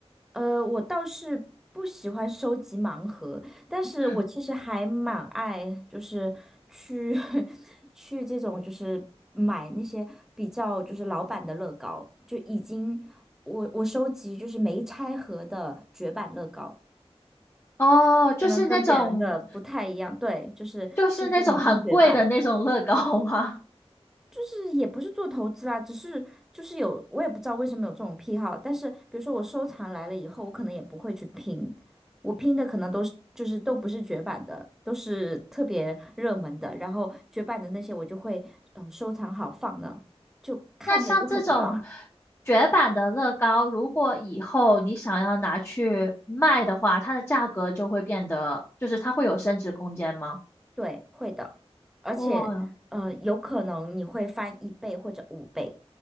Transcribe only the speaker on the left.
嗯，
哦，就是那种，
就是那种很贵的那种乐高吗？
那像这种绝版的乐高，如果以后你想要拿去卖的话，它的价格就会变得，就是它会有升值空间吗？
哇